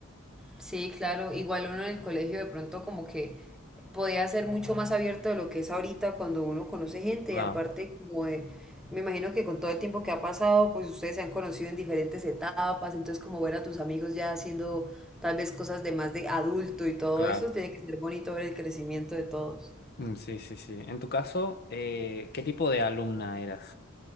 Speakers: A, in the centre; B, on the left.
A: Sí, claro, igual uno en el colegio de pronto como que podía ser mucho más abierto de lo que es ahorita cuando uno conoce gente
B: Claro,
A: y aparte como de, me imagino que con todo el tiempo que ha pasado, pues ustedes se han conocido en diferentes etapas, entonces como ver a tus amigos ya haciendo tal vez cosas de más de adulto y todo
B: claro.
A: eso, tiene que ser bonito ver el crecimiento de todos.
B: Mm, Sí, sí, sí. En tu caso, eh, ¿qué tipo de alumna eras?